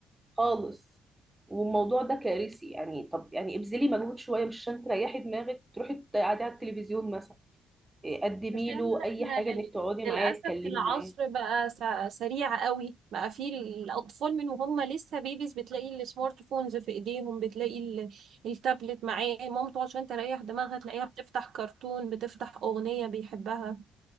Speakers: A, on the right (about 15°); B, on the right (about 65°).
A: خالص والموضوع ده كارثي يعني طب يعني ابذلي مجهود شوية مش عشان تريحي دماغك تروحي تقعدي على التلفزيون مثلا إيه، قدمي
B: عشان
A: له اي
B: احنا
A: حاجة انك
B: لل...
A: تقعدي معاه
B: للأسف
A: تتكلمي
B: العصر
A: معاه
B: بقى س... سريع قوي بقى فيه الأطفال من وهم لسه بيبيز بتلاقي السمارت فونز في إيديهم بتلاقي ال... التابلت معاه مامته عشان تريح دماغها تلاقيها بتفتح كرتون بتفتح أغنية بيحبها